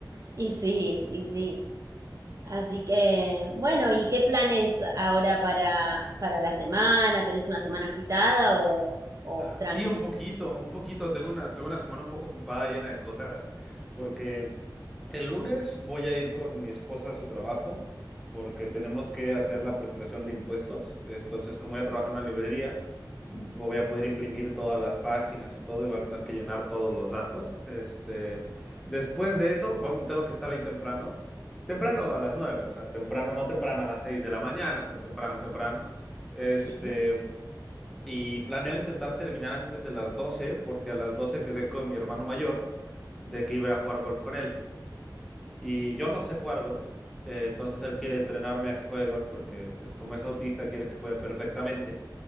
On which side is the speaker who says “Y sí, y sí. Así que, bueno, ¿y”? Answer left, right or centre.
Right